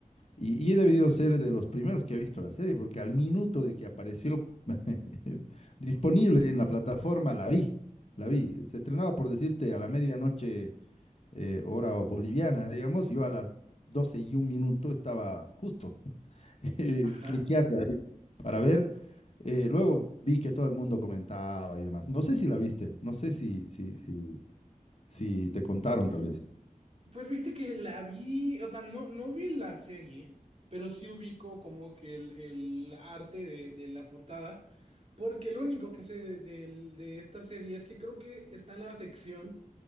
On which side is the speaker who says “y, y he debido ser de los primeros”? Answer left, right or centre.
Left